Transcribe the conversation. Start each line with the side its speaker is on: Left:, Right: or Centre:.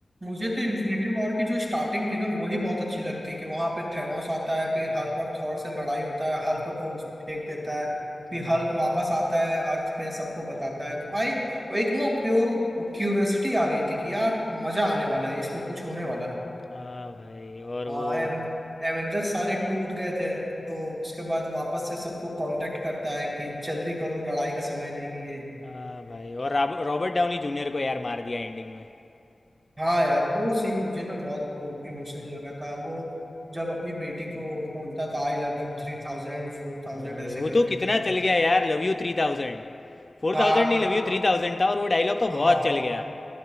Right: मुझे तो इन्फिनिटी वॉर की जो स्टार्टिंग थी ना वही बहुत अच्छी लगती है कि वहां पे थेनोस आता है फिर हल्क और थॉर से लड़ाई होता है हल्क को फेंक देता है फिर
Left: हम्म,
Right: हल्क वापस आता है अर्थ पे सबको बताता है तो भाई वो एक ना प्योर क्यूरियोसिटी आ गई थी कि यार मजा आने वाला है इसमें कुछ होने वाला है
Left: हाँ भाई और
Right: हाँ
Left: वो
Right: एवें, एवेंजर्स सारे टूट गए थे तो उसके बाद वापस से सबको कांटेक्ट करता है कि जल्दी करो लड़ाई का समय नहीं है ये
Left: हाँ भाई और रॉब- रॉबर्ट डाउनी जूनियर को यार मार दिया एंडिंग में
Right: हाँ यार वो सीन मुझे ना बहुत इमोशनल लगा था वो जब अपनी बेटी को बोलता था आई लव यू थ्री थाउजेंड फोर थाउजेंड
Left: हाँ
Right: ऐसे
Left: भाई वो
Right: करके
Left: तो कितना
Right: फिर
Left: चल गया यार लव यू थ्री थाउजेंड फोर
Right: हाँ
Left: थाउजेंड नहीं
Right: तो
Left: लव
Right: वो
Left: यू थ्री थाउजेंड था और वो डायलॉग तो बहुत
Right: हाँ
Left: चल गया